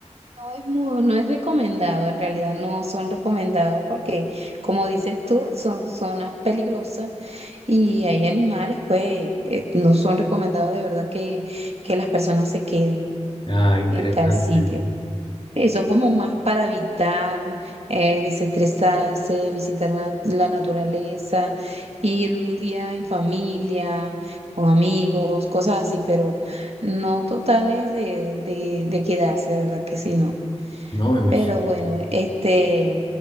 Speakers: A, on the right; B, on the left.
A: No es muy- no es recomendado, en realidad no son recomendados porque, como dices tú, son zonas peligrosas y hay animales, pues, eh, no son recomendados de verdad que, que las personas se queden.
B: Ah, interesante.
A: en tal sitio. Sí, son como más para evitar, eh, desestresarse, visitar la, la naturaleza, ir un día en familia, con amigos, cosas así, pero no totales de, de, de quedarse, de verdad que sí, no.
B: No, me imagino.
A: Pero bueno, este,